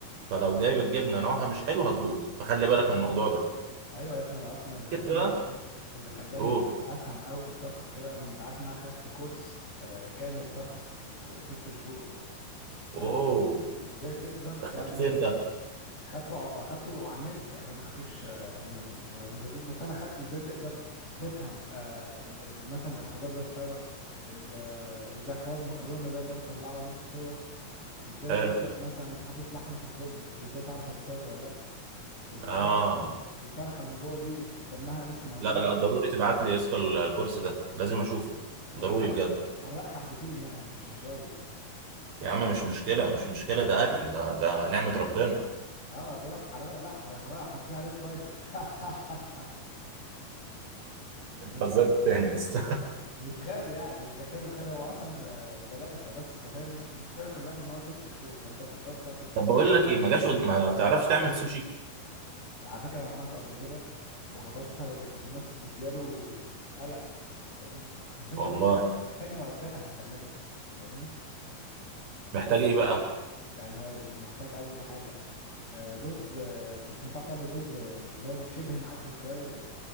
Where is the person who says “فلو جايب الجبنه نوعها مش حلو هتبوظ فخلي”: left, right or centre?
Right